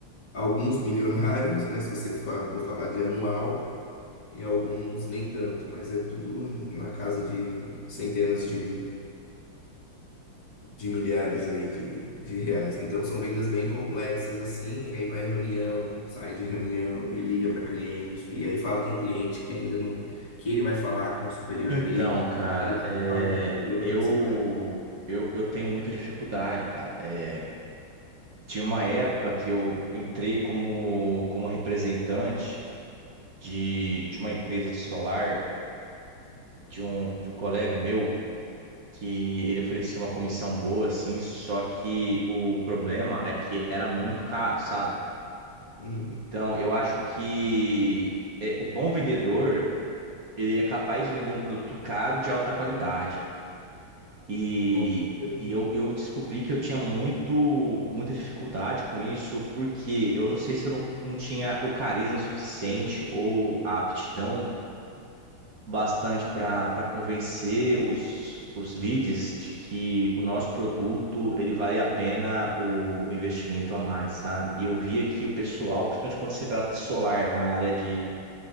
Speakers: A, on the left; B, on the right.
A: alguns milionários, né? Se você fa- for falar de anual, e alguns nem tanto, mas é tudo na casa de centenas de de milhares aí de, de reais. Então são vendas bem complexas assim, e aí vai reunião, sai de reunião e liga para cliente, e aí fala com o cliente que ainda não, que ele vai falar com o superior
B: Então,
A: dele,
B: cara,
A: e depois
B: é,
A: fala com o superior
B: eu,
A: e assim vai.
B: eu eu tenho muita dificuldade, cara. É, tinha uma época que eu entrei como, como representante de, de uma empresa de solar de um, de um colega meu. que ele oferecia uma comissão boa, assim, só que o problema é que era muito caro, sabe?
A: Uhum.
B: Então, eu acho que é, o bom vendedor, ele é capaz de vender um produto caro de alta qualidade. E,
A: Com certeza.
B: e eu, eu descobri que eu tinha muito, muita dificuldade com isso, porque eu não sei se eu não, não tinha o carisma suficiente ou a aptidão bastante para para convencer os, os leads de que o nosso produto ele vale a pena o, o investimento a mais, sabe? E eu vi aqui o pessoal, principalmente quando se trata de solar na área de